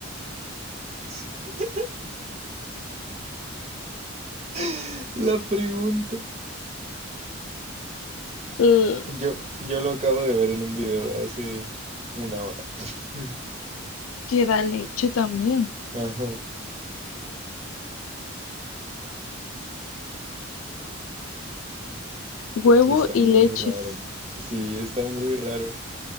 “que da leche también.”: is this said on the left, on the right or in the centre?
Left